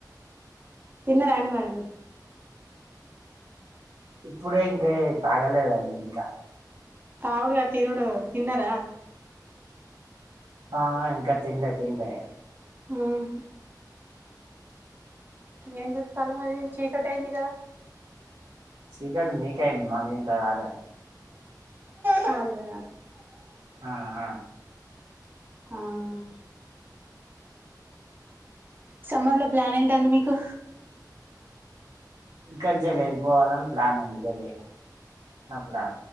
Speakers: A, on the right; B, on the right.
A: తిన్నరా అండి మరి మీరు
B: ఇప్పుడే ఇంకా తాగలేదండి ఇంకా
A: తాగుడు కాదు తినుడు తిన్నారా
B: ఆ ఇంకా తినలే తినలే
A: మ్ ఏం చెత్తనవ్ మరి చీకటి అయింది కదా
B: చీకటి మీకే అయింది మాకు ఇంకా కాలే
A: కాలేద
B: ఆ ఆ
A: మ్ సమ్మర్ లో ప్లాన్ ఏంటండి మీకు
B: ఇక్కడి నుంచి వెళ్లిపోవాలని ప్లాన్ ఉంది గదే నా ప్లాన్